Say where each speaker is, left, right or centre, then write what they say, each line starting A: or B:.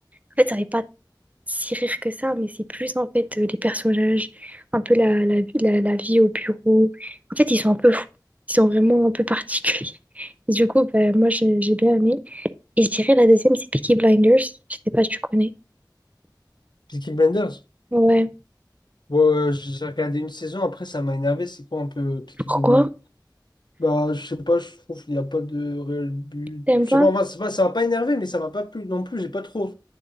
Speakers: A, on the right; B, on the left.
A: En fait, ça fait pas si rire que ça, mais c'est plus, en fait, euh, les personnages, un peu la, la, la, la vie au bureau. En fait, ils sont un peu fous. Ils sont vraiment un peu particuliers. <laughs> Et du coup, bah, moi, j'ai j'ai bien aimé. Et je dirais, la deuxième, c'est Peaky Blinders. Je sais pas si tu connais.
B: Peaky Blinders.
A: Ouais.
B: Ouais, ouais, ouais, j'ai regardé une saison, après, ça m'a énervé. C'est quoi un peu euh, Peaky
A: Pourquoi?
B: Blinders? Bah, je sais pas, je trouve qu'il n'y a pas de réel but.
A: T'aimes
B: Je
A: pas?
B: sais pas, enfin, c'est pas, ça m'a pas énervé, mais ça m'a pas plu non plus. J'ai pas trop